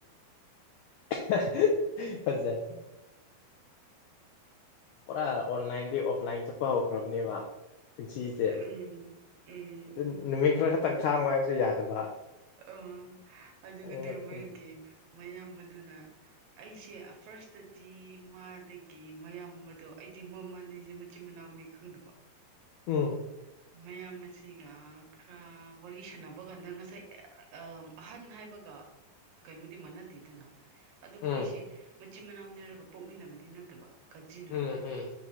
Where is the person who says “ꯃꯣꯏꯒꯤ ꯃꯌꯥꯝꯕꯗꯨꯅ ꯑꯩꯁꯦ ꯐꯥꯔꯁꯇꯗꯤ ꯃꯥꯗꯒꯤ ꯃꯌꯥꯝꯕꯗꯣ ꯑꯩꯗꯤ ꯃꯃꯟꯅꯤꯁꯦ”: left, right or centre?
Right